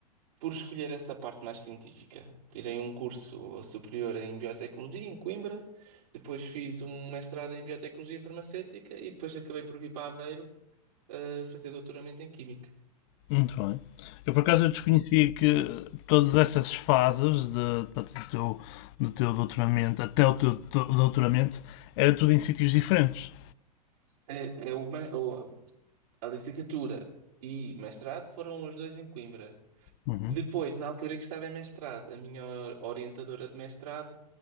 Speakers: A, on the right (about 65°); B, on the left (about 45°).
A: por escolher essa parte mais científica. Tirei um curso superior em biotecnologia em Coimbra, depois fiz um mestrado em biotecnologia farmacêutica e depois acabei por vir para Aveiro a fazer doutoramento em Química.
B: muito bem. Eu por acaso eu desconhecia que todas essas fases de, do, teu, do teu doutoramento até o teu doutoramento era tudo em sítios diferentes.
A: É, é o, me- o- a licenciatura e mestrado foram os dois em Coimbra.
B: Uhum.
A: Depois, na altura em que estava em mestrado, a minha or- orientadora de mestrado,